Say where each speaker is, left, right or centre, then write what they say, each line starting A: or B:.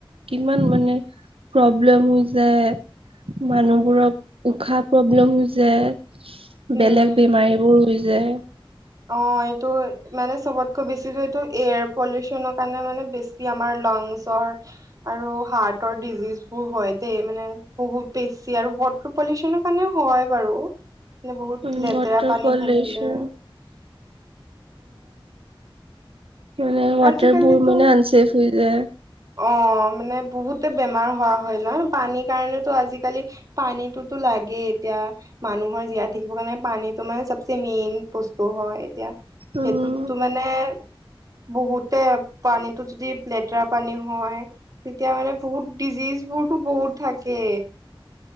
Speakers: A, on the right (about 85°); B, on the right (about 40°).
A: কিমান মানে- প্ৰব্লেম হৈ যায় মানুহবোৰক উশাহ প্ৰব্লেম হৈ যায়-
B: উম
A: বেলেগ বেমাৰীবোৰ হৈ যায়-
B: অ এইটো মানে চবতকৈ বেছি এইটো এয়াৰ পলিউচনৰ কাৰণে মানে বেছি আমাৰ লাংছৰ আৰু হাৰ্টৰ ডিজিজ বোৰ হয় দেই মানে বহুত বেছি আৰু ৱাটাৰ পলিউচনৰ কাৰণেও হয় বাৰু মানে বহুত
A: উম,
B: লেতেৰা
A: ৱাটাৰ
B: পানী
A: পলিউচন
B: থাকিলে
A: অ মানে ৱাটাৰ
B: আজিকালিতো
A: বোৰ মানে আনচেফ হৈ যায়।
B: অ মানে বহুতে বেমাৰ হোৱা হয় ন পানীৰ কাৰণেতো আজিকালি পানীটোতো লাগেই এতিয়া মানুহৰ জীয়াই থাকিব কাৰণে পানীটো মানে চবচে মেইন বস্তু হয় এতিয়া
A: উম
B: সেইটোত টো মানে বহুতে পানীতো যদি লেতেৰা পানী হয় তেতিয়া মানে বহুত ডিজিজ দুৰতো বহুত থাকে।